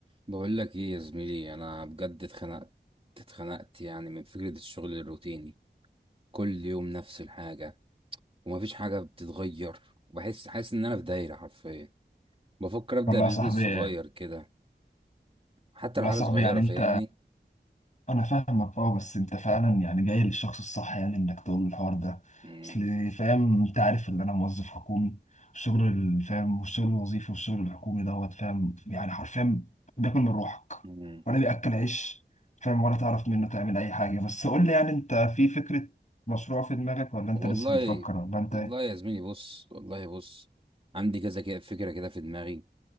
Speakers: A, on the right (about 30°); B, on the left (about 40°).
A: بقول لك ايه يا زميلي انا بجد اتخنقت اتخنقت يعني من فكرة الشغل الروتيني كل يوم نفس الحاجة ومفيش حاجة بتتغير وبحس حاسس ان انا في دايرة حرفيا بفكر ابدأ
B: والله
A: بيزنس
B: يا صاحبي
A: صغير كده حتى
B: والله
A: لو حاجة
B: يا صاحبي
A: صغيرة
B: يعني انت
A: فاهمني
B: انا فاهمك اه بس انت فعلا يعني جاي للشخص الصح يعني انك تقول له الحوار ده
A: مم.
B: اصل فاهم انت عارف ان انا موظف حكومي الشغل ال- فاهم والشغل الوظيفي والشغل الحكومي دوت فاهم يعني حرفيا بياكل من روحك
A: مم.
B: ولا بياكل عيش فاهم ولا تعرف منه تعمل اي حاجه بس قول لي يعني انت في فكره مشروع في دماغك ولا انت
A: والله
B: لسه بتفكر ولا انت
A: والله يا زميلي بص والله بص عندي كذا كده فكرة كده في دماغي